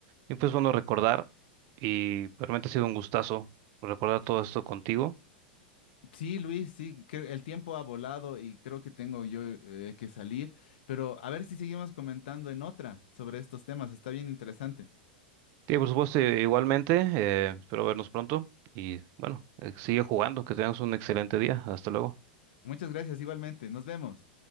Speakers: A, on the right (about 50°); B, on the left (about 75°).
A: Y pues bueno, recordar, y realmente ha sido un gustazo recordar todo esto contigo.
B: Sí, Luis, sí, que el tiempo ha volado y creo que tengo yo eh, que salir, pero a ver si seguimos comentando en otra sobre estos temas, está bien interesante.
A: Sí, por supuesto, eh, igualmente, eh, espero vernos pronto y bueno, eh, sigue jugando, que tengas un excelente día. Hasta luego.
B: Muchas gracias igualmente, nos vemos.